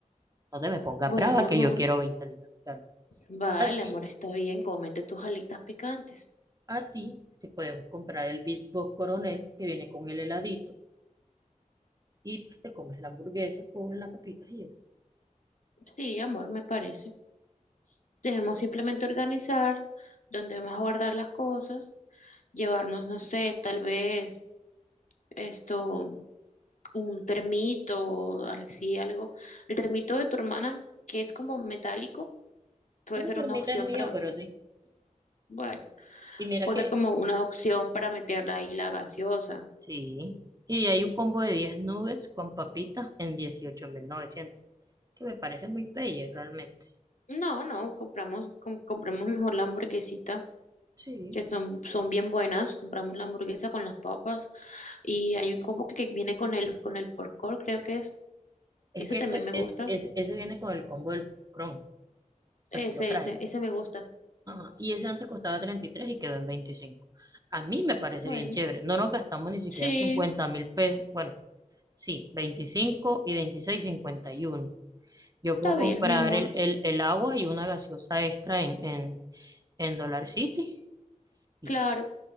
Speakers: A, on the right; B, on the left.
A: No te me pongas
B: Bueno,
A: brava que
B: amor,
A: yo quiero 20 alitas picantes.
B: vale,
A: A ti,
B: amor, está bien, cómete tus alitas picantes.
A: a ti, te podemos comprar el Big Box Coronel, que viene con el heladito, y pues te comes la hamburguesa con las papitas y eso.
B: Sí, amor, me parece. Debemos simplemente organizar dónde vamos a guardar las cosas, llevarnos, no sé, tal vez esto, un termito, así algo. El termito de tu hermana, que es como metálico, puede
A: Ese
B: ser
A: termita
B: una opción
A: es mío,
B: para,
A: pero sí.
B: bueno,
A: Y mira
B: puede
A: que,
B: ser como una opción para meterla ahí la gaseosa.
A: sí. Y hay un combo de 10 nuggets con papitas en 18.900 que me parece muy player realmente.
B: No, no, compramos, com- compremos mejor la hamburguesita.
A: Sí.
B: que son, son bien buenas. Compramos la hamburguesa con las papas y hay un combo que, que viene con el, con el pork porcor, creo que es.
A: Es
B: Ese
A: que
B: también
A: ese,
B: me gusta.
A: es- es- ese viene con el combo del Chrome,
B: Ese,
A: así lo trae.
B: ese, ese me gusta.
A: Ajá, Y ese antes costaba treinta y tres y quedó en veinticinco A mí me parece
B: Bueno,
A: bien chévere. No nos gastamos ni siquiera
B: sí,
A: cincuenta mil pesos. Bueno, sí, veinticinco y veintiséis cincuenta y uno Yo
B: está
A: puedo comprar
B: bien, mi amor.
A: el, el, el agua y una gaseosa extra en, en, en Dollar City y,
B: Claro,